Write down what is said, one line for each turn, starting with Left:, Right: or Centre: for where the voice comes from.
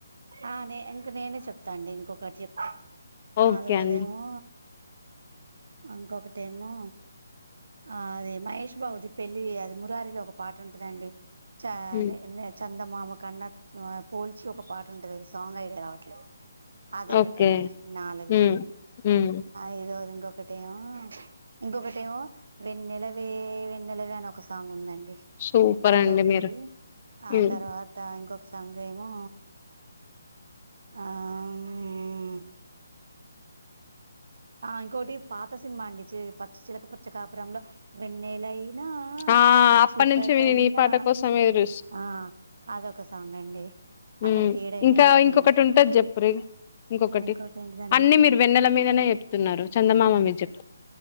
Right: ఆ నే ఇంక నేనే చెప్తా అండి ఇంకొకటి చెప్తా నాలుగోదేమో
Left: ఓకే అండి
Right: అంకొకటేమో ఆ అదే మహేష్ బాబుది పెళ్ళి అది మురారిలో ఒక పాట ఉంటదండి చనే
Left: హ్మ్.
Right: చందమామ కన్న ఆ పోల్చి ఒక పాట్ సాంగ్ ఐడియా రావట్లే అదొకటండి
Left: ఓకే
Right: నాలుగు
Left: హ్మ్ హ్మ్
Right: ఐదోది ఇంకొకటేమో ఇంకొకటేమో వెన్నెలవే వెన్నెలవే అని ఒక సాంగ్ ఉందన్ డి
Left: సూపర్
Right: అదొక్కటి
Left: అండి మీరు
Right: ఆ
Left: హ్మ్
Right: తర్వాత ఇంకొక సాంగ్ ఏమో ఆ ఉ ఇంకోటి పాత సినిమా అండి చి పచ్చ చిలక పచ్చ కాపురంలో వెన్నెలై నా
Left: ఆ అప్పటి
Right: చికటైనా
Left: నుంచి నేను ఈ పాట కోసం ఎదురు
Right: ఆ అదొక సాంగ్ అండి అక్కడికి
Left: ఉ
Right: ఏడైనాయండి
Left: ఇంకా ఇంకొకటి ఉంటది చెప్పురి ఇంకొకటి
Right: ఇంకోటి ఏంటిదండి
Left: అన్ని మీరు వెన్నెల మీదనే చెప్తున్నారు, చందమామ మీద చెప్